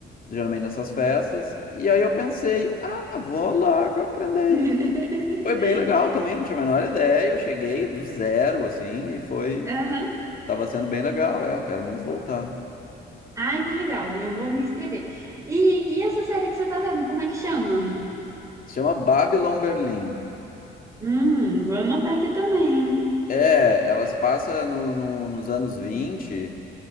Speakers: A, on the left; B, on the right.
A: geralmente nessas festas. E aí eu pensei, ah, vou lá que eu aprender
B: <laughs>
A: isso. Foi bem legal também, não tinha a menor ideia. Eu cheguei do zero, assim, e foi.
B: Aham.
A: Tava sendo bem legal, é, eu quero muito voltar.
B: Ai, que legal. Eu vou me inscrever. E, e essa série que você tá vendo, como é que chama?
A: Se chama Babylon Berlim.
B: Hum, vou anotar aqui também.
A: É, ela se passa no- no- nos anos 20